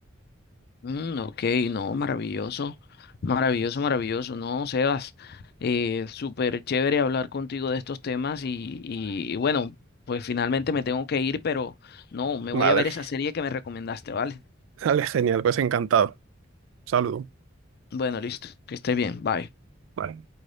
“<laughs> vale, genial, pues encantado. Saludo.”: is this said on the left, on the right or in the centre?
Right